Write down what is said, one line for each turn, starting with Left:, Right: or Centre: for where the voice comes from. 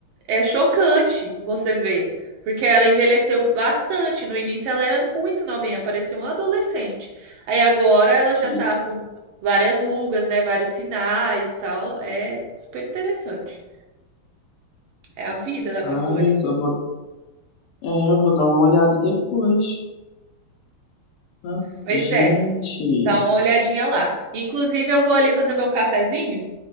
Right: é chocante você ver, porque ela envelheceu bastante. No início ela era muito novinha, parecia uma adolescente. Aí agora ela já
Left: Que
Right: tá com várias rugas, né, vários sinais, tal. É super interessante. É a vida da
Left: paz,
Right: pessoa ali.
Left: eu vou. É, eu vou dar uma olhada depois. Ah,
Right: Pois
Left: gente.
Right: é, dá uma olhadinha lá. Inclusive eu vou ali fazer meu cafezinho.